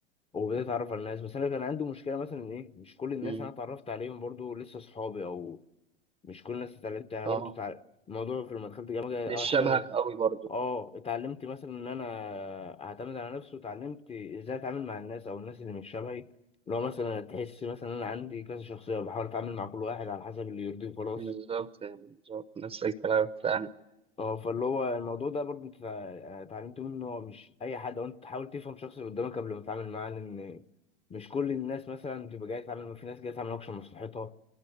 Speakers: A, on the left; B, on the right.
A: وبدأت اتعرف على الناس بس انا كان عندي مشكله مثلا إن ايه مش كل الناس
B: أمم،
A: انا اتعرفت عليهم برضو لسه اصحابي او مش كل الناس اتعلمت يعني
B: اه
A: برضو تع... الموضوع في لما دخلت الجامعه
B: مش
A: اول حاجه
B: شبهك قوي برضو
A: اه اتعلمت مثلا ان انا اعتمد على نفسي واتعلمت ازاي اتعامل مع الناس او الناس اللي مش شبهي لو مثلا تحس مثلا ان انا عندي كذا شخصيه بحاول اتعامل مع كل واحد على حسب اللي يرضيه وخلاص
B: بالظبط يعني بالظبط نفس الكلام فعلا
A: اه فاللي هو الموضوع ده برضه انت تع- اتعلمت منه ان هو مش اي حد وانت تحاول تفهم الشخص اللي قدامك قبل ما تتعامل معاه لان مش كل الناس مثلا بتبقى جايه تتعامل في ناس جايه تعمل اكشن مصلحتها